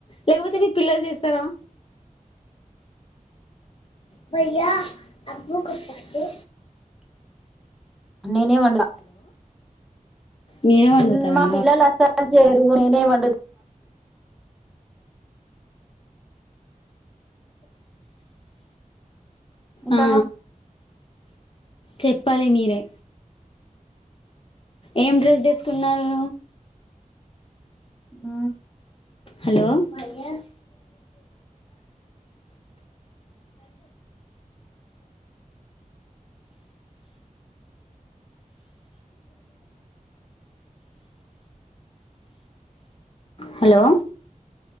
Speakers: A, on the left; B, in the centre.
A: లేకపోతే మీరు పిల్లలు జేస్తారా భై్యా అబ్బూ కప్పుతే
B: నేనే వండ్
A: మీరే వండుతారా
B: ఉ మా పిల్లలు అస్సల్ చేయరు నేనే వండు ఇంకా
A: ఆ చెప్పాలి మీరే ఏం డ్రస్ దీసుకున్నారు
B: ఆ
A: హలో అే హలో